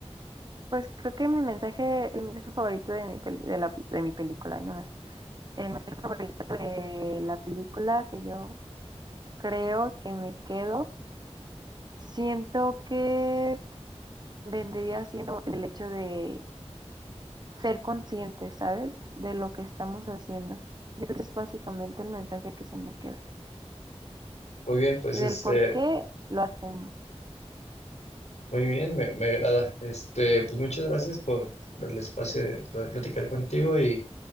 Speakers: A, on the right; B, on the left.
A: Pues creo que mi mensaje, el mensaje favorito de mi peli- de la, de mi película, ay, no El mensaje favorito de la película que yo creo que me quedo, siento que vendría siendo el hecho de ser conscientes, ¿sabes? De lo que estamos haciendo. Yo creo que es básicamente el mensaje que se me queda,
B: Muy bien, pues
A: del
B: este,
A: por qué lo hacemos.
B: muy bien, me, me agrada. Este, pues muchas gracias por, por el espacio de poder platicar contigo y